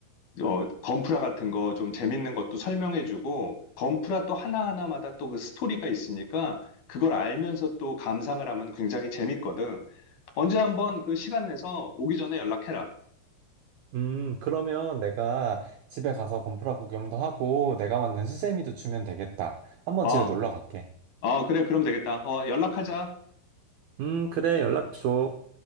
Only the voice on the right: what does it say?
음, 그러면 내가 집에 가서 건프라 구경도 하고 내가 만든 수세미도 주면 되겠다. 한번
집에 놀러 갈게.
음, 그래, 연락 줘.